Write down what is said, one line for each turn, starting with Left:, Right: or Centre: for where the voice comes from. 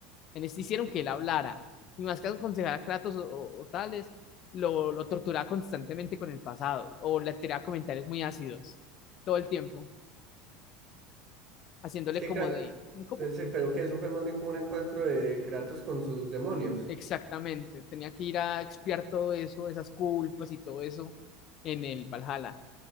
Left: En este hicieron que él hablara. Y más que aconsejar a Kratos o, o- o tales, lo, lo torturaba constantemente con el pasado. O le tiraba comentarios muy ácidos. Todo el tiempo. Haciéndole
Right: Es que
Left: como
Right: Kratos...
Left: de. ¿Cómo?
Right: Entonces, pero que eso fue más bien como un encuentro de Kratos con sus demonios.
Left: Exactamente. Tenía que ir a expiar todo eso, esas culpas y todo eso en el Valhalla.